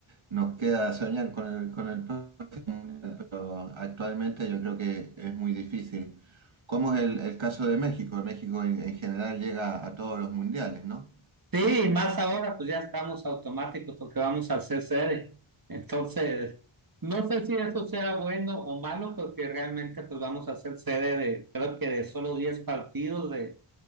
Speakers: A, on the right; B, on the right.
A: nos queda soñar con el, con el próximo, mundial, pero actualmente yo creo que es muy difícil. como es el, el caso de México? México en en general llega a todos los mundiales, ¿no?
B: Sí, y más ahora, pues ya estamos automáticos porque vamos a hacer sede. Entonces, no sé si eso será bueno o malo, porque realmente pues vamos a hacer sede de, creo que de solo 10 partidos, de